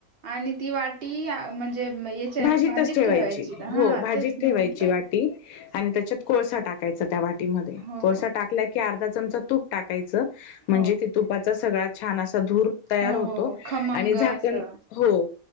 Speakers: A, on the right; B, on the left.
A: आणि ती वाटी म्हणजे? याच्यात
B: भाजीतच
A: भाजीत
B: ठेवायची.
A: का
B: हो
A: हा
B: भाजीत
A: तेच मी
B: ठेवायची
A: म्हटलं
B: वाटी. आणि त्याच्यात कोळसा टाकायचा. त्या वाटीमध्ये
A: हो
B: कोळसा
A: हो
B: टाकला की अर्धा चमचा तूप टाकायचं म्हणजे
A: हो
B: ते तुपाच सगळं छन अस असा धूर तयार
A: हो
B: होतो.
A: हो हो खमंग
B: आणि झाकण
A: असं
B: हो.